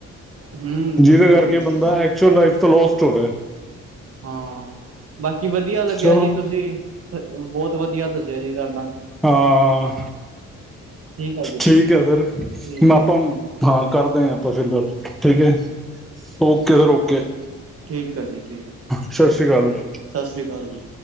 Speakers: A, on the right; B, in the centre.
A: ਹਮ
B: ਜਿਹਦੇ
A: ਬਿਲਕੁਲ
B: ਕਰਕੇ
A: ਜੀ
B: ਬੰਦਾ ਐਕਚੁਅਲ ਲਾਈਫ ਤੋਂ ਲੋਸ <unintelligible> ਹੋਵੈ
A: ਹਾਂ ਕੀ ਵਧੀਆ ਲੱਗਿਆ
B: ਚਲੋ
A: ਜੀ ਤੁਸੀਂ ਬਹੁਤ ਵਧੀਆ ਦੱਸਿਆ ਜੀ ਤੁਹਾਡ
B: ਹਾਂ
A: ਠੀਕ ਹੈ ਜੀ
B: ਠੀਕ ਹੈ ਸਰ
A: ਠੀਕ ਹੈ
B: ਆਪਾਂ
A: ਸਰ ਥੈਂਕ
B: ਹਾਂ ਕਰਦੇ ਹ ਆਪਾਂ ਫਿਰ ਗੱਲ ਠੀਕ ਹੈ ਓਕੇ ਸਰ ਓਕੇ
A: ਠੀਕ ਆ ਜੀ ਠੀਕ ਹੈ
B: ਸਤਿ ਸ਼੍ਰੀ ਅਕਾਲ ਵੀਰੇ
A: ਸਤਿ ਸ੍ਰੀ ਅਕਾਲ ਜੀ